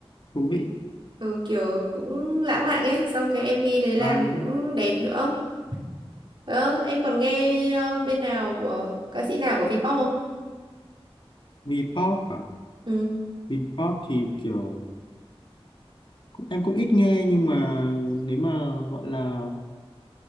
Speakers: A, on the left; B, on the right.
A: thú vị
B: Ừ kiểu cũng lãng mạn ấy Xong cái MV đấy làm
A: và
B: cũng đẹp nữa Ờ, em còn nghe ờ, bên nào của ca sĩ nào của Vpop không?
A: V-pop à
B: Ừ,
A: V-pop thì kiểu cũng- em cũng ít nghe nhưng mà nếu mà gọi là